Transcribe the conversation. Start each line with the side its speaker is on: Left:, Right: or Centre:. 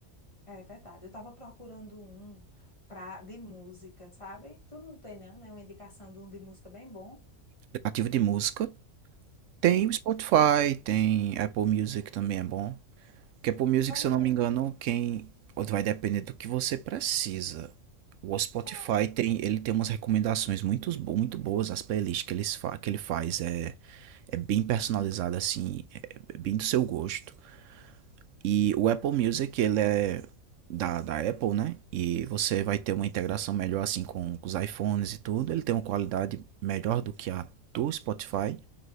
Left: É verdade. Eu estava procurando um pra, de música, sabe? Tu não tem, não, né? Uma indicação de um de música bem bom.
Right: Aplicativo de música tem
Left: Sim.
Right: o Spotify,
Left: Sim.
Right: tem Apple Music também é bom. Porque Apple Music,
Left: Qual
Right: se
Left: é melhor?
Right: eu não me engano, quem ou vai depender do que você precisa. O Spotify
Left: Só
Right: tem, ele tem umas recomendações muito, bo- muito boas, as playlists que, eles fa que ele faz. É, é bem personalizado assim, é é bem do seu gosto. E o Apple Music, ele é da, da Apple, né? E você vai ter uma integração melhor assim com, com os iPhones e tudo. Ele tem uma qualidade melhor do que a do Spotify.